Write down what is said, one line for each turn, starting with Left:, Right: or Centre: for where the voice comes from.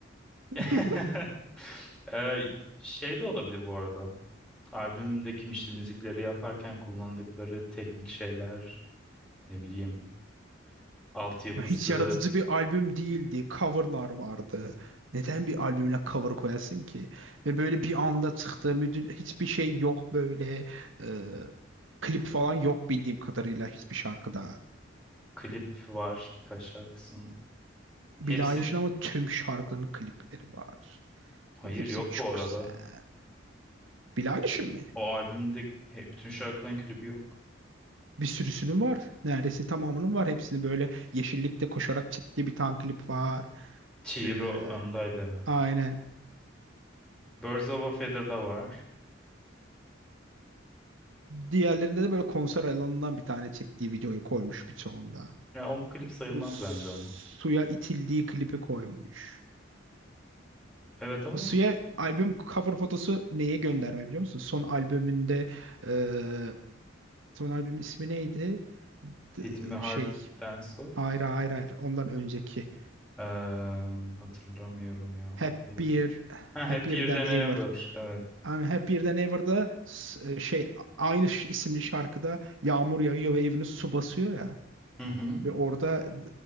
Right: <laughs>
Centre: <laughs> Ee, şey de olabilir bu arada. Albümde kim işte müzikleri yaparken kullandıkları teknik şeyler, ne bileyim, altyapısı,
Right: Ya hiç yaratıcı bir albüm değildi. Coverlar vardı. Neden bir albümüne cover koyasın ki? Ve böyle bir anda çıktı. Müdür, hiçbir şey yok böyle. Ee, klip falan yok bildiğim kadarıyla hiçbir şarkıda.
Centre: klip var birkaç şarkısında.
Right: Billie
Centre: Hepsin
Right: Eilish'in ama tüm şarkılarının klipleri var.
Centre: hayır
Right: Hepsi
Centre: yok
Right: çok
Centre: bu arada.
Right: güzel. Billie Eilish'in mi?
Centre: O albümde he- bütün şarkıların klibi yok.
Right: Bir sürüsünün var. Neredeyse tamamının var. Hepsini böyle yeşillikte koşarak çektiği bir tane klip var.
Centre: Chihiro
Right: Ee,
Centre: andaydı hemen.
Right: aynen.
Centre: Birds of a Feather'da var.
Right: Diğerlerinde de böyle konser alanından bir tane çektiği videoyu koymuş birçoğunda.
Centre: Ya on klip sayılmaz
Right: Bu suya
Centre: bence ama.
Right: itildiği klipi koymuş.
Centre: Evet ama
Right: O suya albüm cover fotosu neye gönderme biliyor musun? Son albümünde e, son albümün ismi neydi?
Centre: Hit
Right: D-
Centre: Me Hard
Right: Şey
Centre: and Soft.
Right: hayır hayır hayır ondan önceki
Centre: Eee, hatırlamıyorum ya.
Right: Happier
Centre: Neydi? Ha,
Right: Happier
Centre: Happier
Right: Than
Centre: Than
Right: Ever.
Centre: Ever. Evet.
Right: Yani Happier Than Ever'da s- e, şey aynı ş- isimli şarkıda yağmur yağıyor ve evini su basıyor ya.
Centre: Hı hı.
Right: Ve orada e,